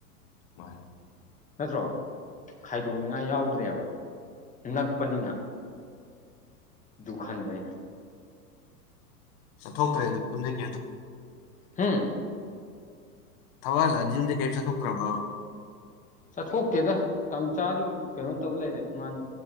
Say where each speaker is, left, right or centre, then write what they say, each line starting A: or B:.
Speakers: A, on the left; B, on the left.
A: ꯃꯥꯥꯏ
B: ꯅꯠꯇ꯭ꯔꯣ ꯈꯥꯏꯗꯣꯛꯅꯤꯡꯉꯥꯏ ꯌꯥꯎꯗ꯭ꯔ ꯕ ꯅꯛꯄꯅꯤꯅ ꯗꯨ ꯈꯟꯕꯅ
A: ꯆꯠꯊꯣꯛꯇ꯭ꯔꯦ ꯑꯗꯨ ꯑꯗꯨꯝꯝꯜꯂꯦ
B: ꯍꯥꯝ
A: ꯊꯋꯥꯜ ꯑꯗꯨꯝꯗꯤ ꯀꯩ ꯄꯩꯁꯥ ꯊꯣꯛꯈ꯭ꯔꯕ
B: ꯆꯠꯊꯣꯛꯇꯦꯗ ꯃꯇꯝ ꯆꯥꯁꯨ ꯀꯩꯅꯣ ꯇꯧ ꯂꯩꯔꯦ ꯃꯥꯁꯨ